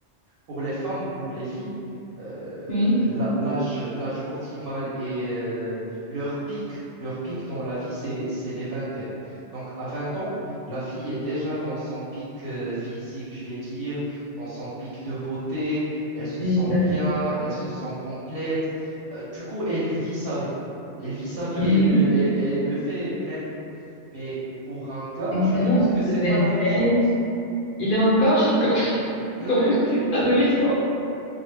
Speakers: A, on the right; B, on the left.
A: pour les femmes ou pour les filles, euh,
B: oui,
A: la- l'âge, l'âge optimal et euh, leur pic, leur pic dans la vie, c'est, c'est les vingtaines. Donc, à 20 ans, la fille est déjà dans son pic euh, physique, je vais dire, dans son pic de beauté. Elle se
B: exact.
A: sent bien, elle se sent complète. Euh, du coup, elle vit sa vie. Elle vit sa vie
B: oui,
A: et elle le, et- et elle le fait pleinement. Mais pour un gars,
B: une
A: je
B: gamin
A: pense que c'est
B: de 27,
A: pas la même chose.
B: il est encore comme, <laughs>
A: Hmm?
B: comme un petit adolescent.